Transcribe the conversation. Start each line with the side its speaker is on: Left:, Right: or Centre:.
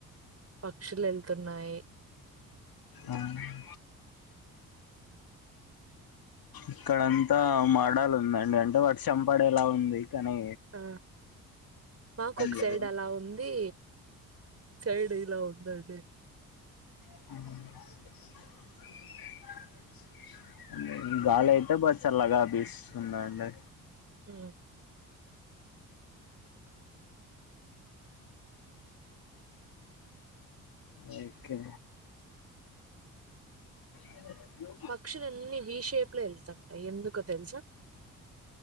Right: పక్షులెళ్తున్నాయి
Left: ఆవునా ఇక్కడంతా మడాలుందండి అంటే వర్షం పడేలా ఉంది కనీ
Right: ఆ మాకు ఒక
Left: లేదు
Right: సైడ్ అలా ఉంది సైడ్ ఇలా ఉందండి
Left: హ్మ్ <inaudible> ఏం లేదు గాలయితే బా చల్లగా బిస్తుందండి
Right: ఉమ్
Left: ఓకె అయింద రివ్యూ
Right: పక్షులన్ని వి షేప్ లో ఎళ్తుంటాయి ఎందుకో తెలుసా